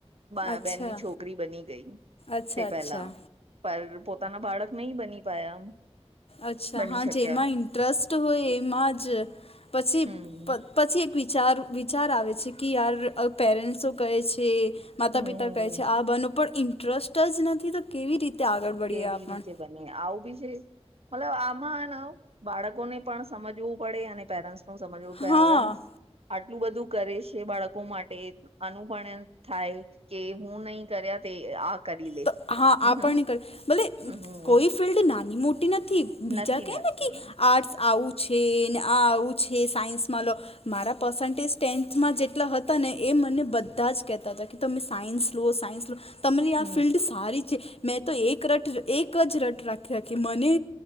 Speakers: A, on the right; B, on the left.
A: બા
B: અચ્છા
A: બેહેનની છોકરી બની ગઈ હું
B: અચ્છા
A: તે પહેલા.
B: અચ્છા
A: પર પોતાના બાળક નહીં બની પાયા.
B: અચ્છા
A: બની
B: હા
A: શક્યા
B: જેમાં ઇન ઇન્ટ્રસ્ટ હોય એમાં જ પછી
A: હમ
B: પ... પછી એક વિચાર વિચાર આવે છે કે યાર પેરેન્ટ્સો કહે છે. માતા
A: હમ
B: પિતા કહે છે આ બનેવ પણ ઇન્ટરેસ્ટ જ નથી તો કેવી રીતે આગળ વળીએ
A: કેવી
B: આપણ...
A: રીતે બને, આવું બી છે? મતલબ આમાં હે ન બાળકોને પણ સમજવું પડે અને પેરેન્ટ્સ... સમજવું
B: હા
A: પેરન્ટ્સ આટલું બધું કરે છે બાળકો માટે. આનુ પણ થાય કે હું નહી કર્યા તે આ... કરી લે
B: તો હા
A: હમ
B: આપણને કર ભલે
A: હમ
B: કોઈ ફિલ્ડ નાની મોટી નથી. બીજા
A: નથી
B: કે
A: નથી
B: ને કે આર્ટ્સ આવું છે ને આ આવું છે સાઈન્સમાં લો... મારા પર્સન્ટેજ ટેન્થમાં જેટલા હતા ને એ મને બધા જ કેહેતા હતા કે તમે સાઈન્સ લો સાઈન્સ લો... તમારી આ
A: હમ
B: ફિલ્ડ સારી છે મેં તો એક રટ એક જ રટ રાખી રાખી મને...